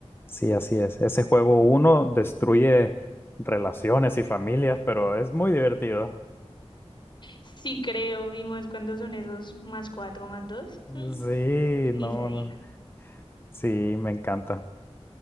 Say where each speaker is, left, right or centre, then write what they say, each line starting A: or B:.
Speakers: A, on the left; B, on the left.
A: sí, así es. Ese juego uno destruye relaciones y familias, pero es muy divertido.
B: Sí creo, y más cuando son esos más cuatro, más dos,
A: Sí,
B: <laughs> ni
A: no,
B: se diga.
A: no. no. Sí, me encanta.